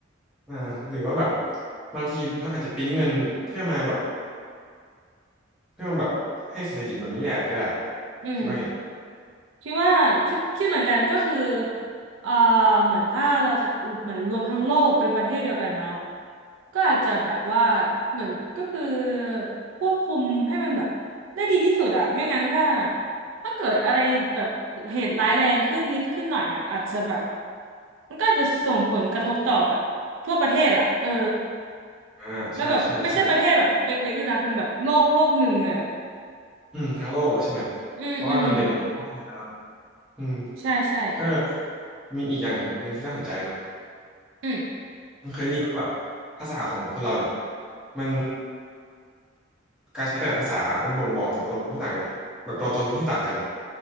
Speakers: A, in the centre; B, on the right.
A: อ่าหรือว่าแบบบางทีมันอาจจะปริ้นเงินเพื่อมาแบบเพื่อมาแบบให้เศรษฐกิจมันไม่แย่ก็ได้
B: อืม
A: คิดว่าไง
B: คิดว่าคิดคิดเหมือนกันก็คือเอ่อเหมือนถ้าเราจะเหมือนรวมทั้งโลกเป็นประเทศเดียวกันเนาะก็อาจจะแบบว่าเหมือนก็คือควบคุมให้มันแบบได้ดีที่สุดอะไม่งั้นถ้าถ้าเกิดอะไรแบบเหตุร้ายแรงขึ้นนิดขึ้นหน่อยอะอาจจะแบบมันก็อาจจะส่งผลกระทบต่อแบบทั่วประเทศอะเออ
A: อ่าใช่ใช่ใช่
B: แล้วแบบไม่ใช่ประเทศแบบเล็กๆด้วยนะเป็นแบบโลกโลกหนึ่งเลยอะ
A: อืมทั้งโลกเลยใช่ไหม
B: อืมอืม
A: เพราะว่ามันเป็นแบบโลกแท้เองน้ำอืม
B: ใช่ใช่
A: เออมีอีกอย่างหนึ่งที่น่าสนใจเนาะ
B: อืม
A: มันเคยได้ยินว่าแบบภาษาของคนเราเนี่ยมันการใช้แต่ละภาษามันบ่งบอกถึงอารมณ์ที่ต่างกันไหมแบบตัวตนที่ต่างกันอ่ะ